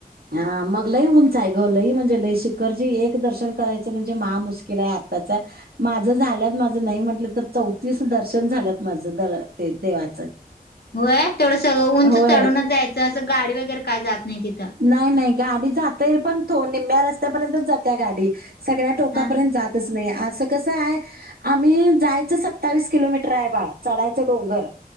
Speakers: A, on the right; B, on the left.
A: हा मग लई उंच हाय ग लई म्हणजे लई शिखरजी एक दर्शन करायचं म्हणजे महा मुश्किल हाय आताच माझं झाल्यात माझं नाही म्हटलं तर चौतीस दर्शन झाल्यात माझं ते देवाचं.
B: होय तेवढ सगळ उंच
A: होय
B: चढूनच जायचं असं गाडी वगैरे काय जात नाही तिथ.
A: नाही नाही गाडी जातेय पण थोड निम्या रस्त्या पर्यंतच जाते गाडी. सगळ्या टोकापर्यंत
B: हा
A: जातच नाही अस कसं आहे आम्ही जायचं सत्तावीस किलोमीटर आहे बाळ चढायचं डोंगर